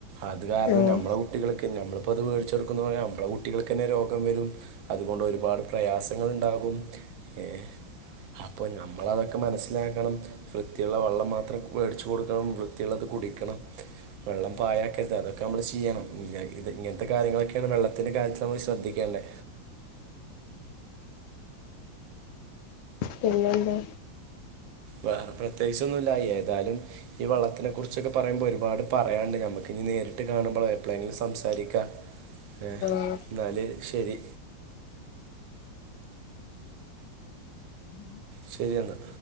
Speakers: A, on the right; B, on the left.
A: അത് കാരണം
B: ഉം
A: ഞമ്മളെ കുട്ടികൾക്ക് ഞമ്മളിപ്പോ അത് വേടിച്ചൊടുക്കുന്ന പോലെ നമ്മളെ കുട്ടികൾക്കെന്നെ രോഗം വരും. അതുകൊണ്ടൊരുപാട് പ്രയാസങ്ങൾ ഇണ്ടാകും ഏഹ് അപ്പോ ഞമ്മളതൊക്കെ മനസ്സിലാക്കണം വൃത്തിയുള്ള വെള്ളം മാത്രം വേടിച്ചു കൊടുക്കണം വൃത്തിയുള്ളത് കുടിക്കണം. വെള്ളം പായക്കരുത്. അതൊക്കെ. നമ്മൾ ചെയ്യണം. ഇയ ഇത് ഇങ്ങൻത്ത കാര്യങ്ങളൊക്കെയാണ് വെള്ളത്തിൻ്റെ കാര്യത്തിൽ നമ്മൾ ശ്രദ്ധിക്കേണ്ടേ
B: പിന്നെന്താ
A: വേറെ പ്രത്യേകിച്ചൊന്നുല്ല ഏതാലും ഈ വള്ളത്തിനെ കുറിച്ചൊക്കെ പറയുമ്പോ ഒരുപാട് പറയാന്ണ്ട് ഞമ്മക്ക് ഇനി നേരിട്ട് കാണുമ്പളേ എപ്പളെങ്കിലും സംസാരിക്കാ ഏഹ്
B: ആ
A: എന്നാല് ശെരി
B: മ്മ്ഹ്.
A: ശെരി എന്നാ